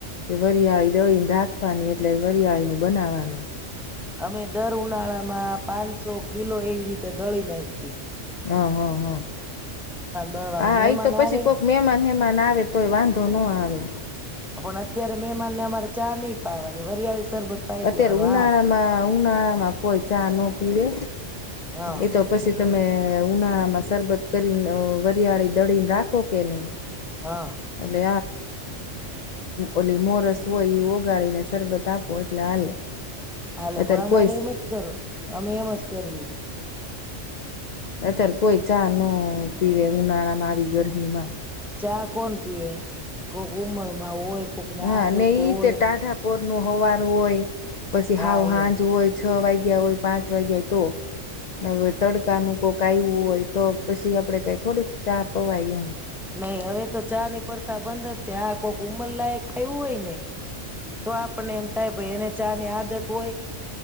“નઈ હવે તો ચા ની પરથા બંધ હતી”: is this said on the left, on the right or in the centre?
Centre